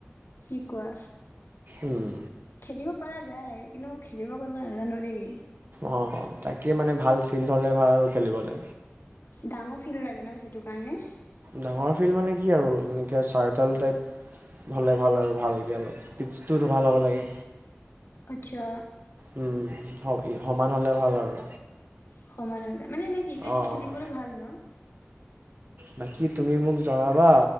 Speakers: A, on the left (about 60°); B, on the right (about 50°).
A: কোৱা।
B: উম।
A: খেদিব পৰা যায় কিন্তু। খেলিব কৰিব নাজানো দেই।
B: অ তাকে মানে ভাল ফিল্ড হলে ভাল আৰু খেলিবলে।
A: ডাঙৰ ফিল্ড লাগে ন সেইটো কাৰণে।
B: ডাঙৰ ফিল্ড মানে কি আৰু এনেকৈ চাৰ্কল টাইপ হ'লে ভাল আৰু ভালকৈ অলপ পিটছটো ভাল হ'ব লাগে।
A: আচ্ছা।
B: উম সমান হলে ভাল আৰু।
A: সমান হলে। মানে এনে ক্ৰিকেট
B: অঁ
A: খেলিবলৈ
B: অঁ
A: ভাল ন।
B: বাকী তুমি মোক জনাবা